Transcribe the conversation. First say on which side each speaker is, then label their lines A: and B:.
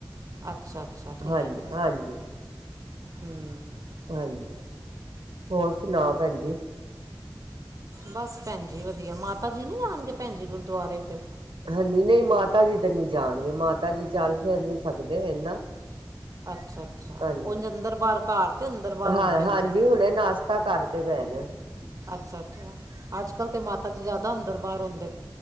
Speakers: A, on the right; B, on the right.
A: ਅੱਛਾ-ਅੱਛਾ ਠੀਕ
B: ਹਾਂਜੀ,
A: ਏ।
B: ਹਾਂਜੀ,
A: ਹੂੰ
B: ਹਾਂਜੀ ਹੋਰ ਸੁਣਾਓ ਭੈਣਜੀ
A: ਬਸ ਭੈਣਜੀ ਵਧੀਆ ਮਾਤਾ ਜੀ ਨੀ ਆਣਗੇ ਭੈਣ ਜੀ ਗੁਰਦੁਆਰੇ ਫਿਰ
B: ਹਾਂਜੀ ਨਹੀਂ ਮਾਤਾ ਜੀ ਤੇ ਨਹੀਂ ਜਾਣਗੇ ਮਾਤਾ ਜੀ ਚੱਲ ਫਿਰ ਨੀ ਸਕਦੇ ਇਨਾੱ
A: ਅੱਛਾ ਅੱਛਾ
B: ਹਾਂਜੀ
A: ਉਝ ਅੰਦਰ ਬਾਹਰ ਘਰ ਤੇ ਅੰਦਰ ਬਾਹਰ ਹੁੰਦੇ
B: ਹਾਂ
A: ਹੋਣਗੇ
B: ਹਾਂਜੀ ਹੁਣੇ ਨਾਸ਼ਤਾ ਕਰ <unintelligible>
A: ਅੱਛਾ-ਅੱਛਾ ਅੱਜ ਕੱਲ ਤੇ ਮਾਤਾ ਜੀ ਜ ਉਹਦਾ ਅੰਦਰ ਬਾਹਰ ਆਂਦੇ।